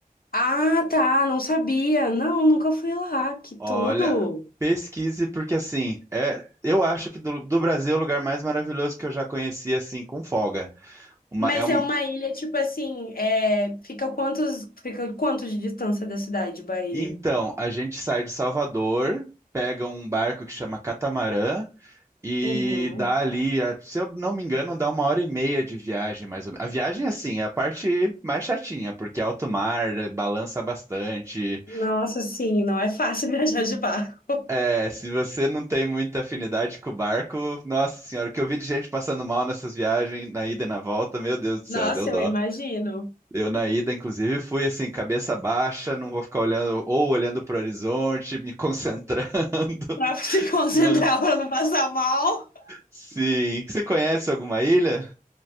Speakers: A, on the left; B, on the right.
A: Ah, tá, não sabia. Não, nunca fui lá. Que tudo.
B: Olha, pesquise, porque assim, é, eu acho que do, do Brasil é o lugar mais maravilhoso que eu já conheci, assim, com folga. Uma-
A: Mas
B: é um-
A: é uma ilha, tipo assim, é... fica quantos, fica quanto de distância da cidade de Bahia?
B: então, a gente sai de Salvador, pega um barco que chama Catamarã e
A: Uhum.
B: dá ali, a- se eu não me engano, dá uma hora e meia de viagem, mais ou menos. A viagem, assim, é a parte mais chatinha, porque é alto mar, balança bastante.
A: Nossa, sim, não é fácil <laughs> viajar de barco.
B: É, se você não tem muita afinidade com o barco, nossa senhora, o que eu vi de gente passando mal nessas viagens, na ida e na volta, meu Deus do céu,
A: Nossa,
B: deu dó.
A: eu imagino.
B: Eu na ida, inclusive, fui assim, cabeça baixa, não vou ficar olhando, ou olhando para o horizonte, me concentrando. <laughs>
A: Pra <laughs> se concentrar
B: Não.
A: pra não passar mal.
B: Sim. Você conhece alguma ilha?